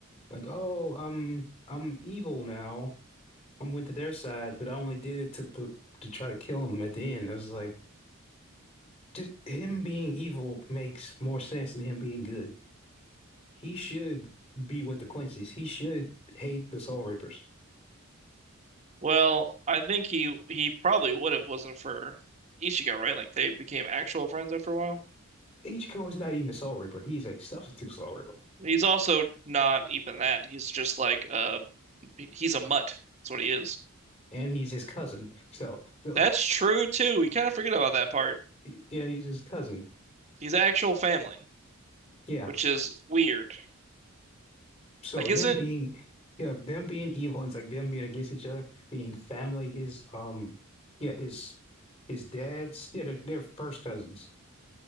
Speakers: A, on the left; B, on the right.
A: like, oh, I'm I'm evil now. I'm went to their side, but I only did it to put to try to kill him at the end. I was like, just him being evil makes more sense than him being good. He should be with the Quincy's. He should hate the Soul Reapers.
B: Well, I think he he probably would have wasn't for Ichigo, right? Like they became actual friends after a while.
A: Ichigo is not even a Soul Reaper. He's a substitute Soul Reaper.
B: He's also not even that. He's just like uh he's a mutt. That's what he is.
A: And he's his cousin. So, so
B: That's true too. We kind of forget about that part.
A: <laughs> yeah, he's his cousin.
B: He's actual family,
A: Yeah,
B: which is weird.
A: So
B: Like
A: him
B: isn't
A: being, yeah, them being evil, and it's like them being against each other, being family. His um, yeah, his his dad's, yeah, they're, they're first cousins.